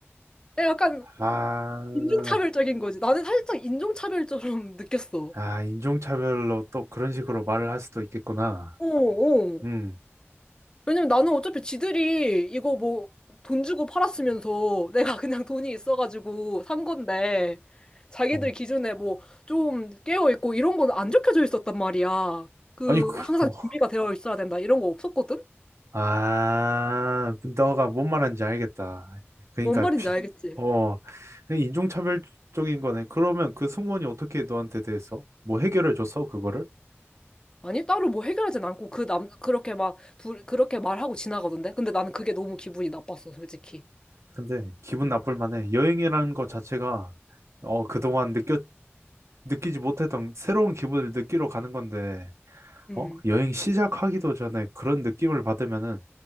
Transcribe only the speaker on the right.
아,
아, 인종차별로 또 그런 식으로 말을 할 수도 있겠구나.
음,
어.
아니, 그,
어.
아, 너가 뭔 말하는지 알겠다. 그러니까,
비,
어, 인종차별적인 거네. 그러면 그 승무원이 어떻게 너한테 대해서 뭐 해결해 줬어, 그거를?
근데 기분 나쁠 만해. 여행이라는 것 자체가 어, 그동안 느껴 느끼지 못했던 새로운 기분을 느끼러 가는 건데,
어? 여행 시작하기도 전에 그런 느낌을 받으면은,